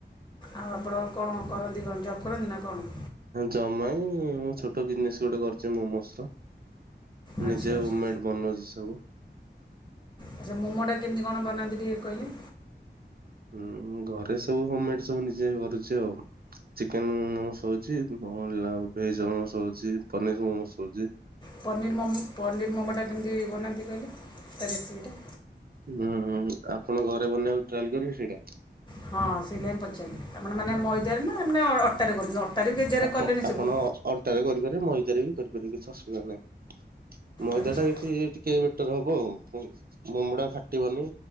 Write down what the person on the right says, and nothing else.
ଜବ୍ ନାଇ ମୁଁ ଛୋଟ ବିଜିନେସ୍ ଗୋଟେ କରୁଚି ମୋମୋସ୍ ର
ନିଜେ
ହୋମେଡ୍ ବନଉଚି ସବୁ।
ହଁ ଘରେ ସବୁ ହୋମମେଡ୍ ସବୁ ନିଜେ କରୁଚି ଆଉ ଚିକେନ୍ ମୋମୋସ୍ ହଉଚି। କଣ <unintelligible> ମୋମୋସ୍ ହଉଚି ପନିର୍ ମୋମୋସ୍ ହଉଚି।
ହୁଁ -ହୁଁ ଆପଣ ଘରେ ବନେଇବାକୁ ଟ୍ରାଏ କରିବେ ସେଇଟା।
ଆପଣ
ଆପଣ
ଅଟାରେ କରିପାରିବେ ମଇଦାରେ ବି କରିପାରିବ କିଛି ଅସୁବିଧା ନାହିଁ ମଇଦା
ଟା ଏଠି ଟି ଟିକେ ବେଟର୍ ହବ ଆଉ ମୁ-ମୋମୋ ଟା ଫାଟିବନି